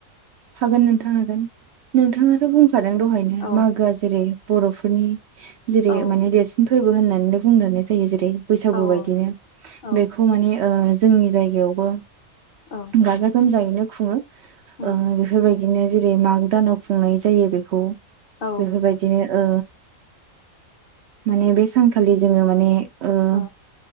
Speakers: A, on the right; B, on the left.
A: हागोन नोंथां हागोन नोंथाङाथ' बुंखादों दहायनो
B: औ
A: मागोआ जेरै बर'फोरनि जेरै
B: औ
A: माने देरसिन फोरबो होननानै बुंनानै जायो जेरै जे बैसागु
B: औ
A: बायदिनो
B: औ
A: बेखौ माने ओ जोंनि जायगायावबो
B: औ
A: गाजा गोमजायैनो खुङो
B: उम
A: ओ बिदिनो जेरै माग दानाव खुंनाय जायो बेखौ
B: औ
A: बेफोरबायदिनो ओ माने बे सानखालि जोङो माने ओ
B: अ